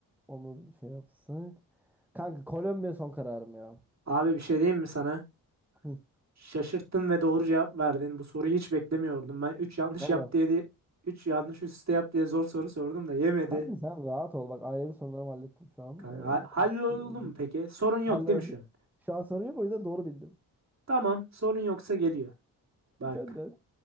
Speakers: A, in the centre; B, on the right (about 40°).
A: Onu bir şey yapsak. Kanka Kolombiya son kararım ya.
B: Abi bir şey diyeyim mi sana?
A: Hı,
B: Şaşırttın ve doğru cevap verdin. Bu soruyu hiç beklemiyordum. Ben 3 yanlış
A: Vallahi.
B: yap diye 3 yanlış üst üste yap diye zor soru sordum da yemedi.
A: Kanka sen rahat ol. Bak ailevi sorularımı hallettim şu an.
B: Kanka, ha- halloldu
A: Ee, konuştum.
B: mu peki? Sorun yok
A: Halloldu.
B: değil mi şu an?
A: Şu an sorun yok o yüzden doğru bildim.
B: Tamam, sorun yoksa geliyor.
A: <laughs>
B: Bak.
A: Gönder.